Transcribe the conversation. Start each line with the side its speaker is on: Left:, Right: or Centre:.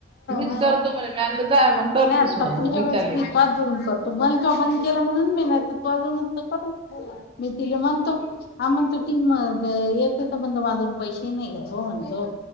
Right: मीच
Left: हो.
Right: करतो म्हणे म्या म्हणलं जाय मग. कर
Left: नाही
Right: तूच
Left: आता
Right: म्हणलं
Left: पुढच्या वेळेस
Right: चालले
Left: मी
Right: गेले.
Left: तुझ्याच जवळून कर तो बनतो बंद कवा बंद केलं म्हणून मी म्हणत, तर तू अजूनच तर कर मी तिला म्हणतो. हा म्हण तो टीम द येत होतं म्हणलं म अजून पैसे नाहीयेत ओ म्हणतो.